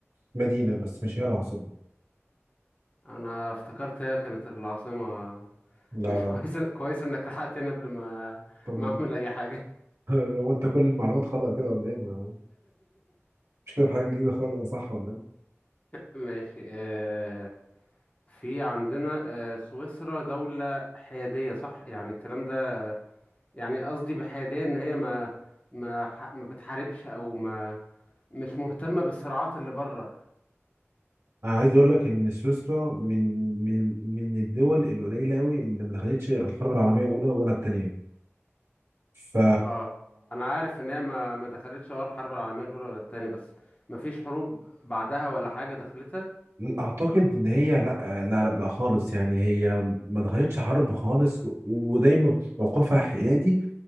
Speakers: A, on the right; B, on the left.
A: مدينة بس مش هي العاصمة
B: انا افتكرت هي كانت العاصمه
A: لا
B: ماشي
A: لا
B: كويس كويس انك لحقتني قبل ما
A: طب
B: ما اعمل اي حاجه
A: <laughs> هو أنت كل المعلومات خطأ كده ولا إيه؟ ما- مش كده بحاجة جديدة خالص صح ولا إيه؟
B: ماشي آه في عندنا آه سويسرا دولة حيادية صح يعني الكلام ده يعني قصدي بحيادية ان هي ما ما ح- ما بتحاربش او ما مش مهتمة بالصراعات اللي بره
A: أنا عايز أقول لك إن سويسرا من من من الدول القليلة أوي اللي ما دخلتش الحرب العالمية الأولى ولا التانية ف
B: اه انا عارف ان هي ما ما دخلتش اه الحرب العالمية الاولى ولا التانية بس ما فيش حروب بعدها ولا حاجة دخلتها
A: اعتقد ان هي لا لا لا, لا خالص يعني هي ما دخلتش حرب خالص و- ودايما موقفها حيادي